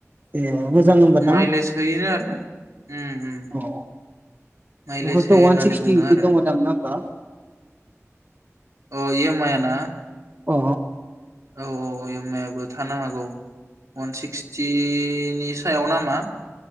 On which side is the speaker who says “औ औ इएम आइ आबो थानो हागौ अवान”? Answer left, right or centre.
Right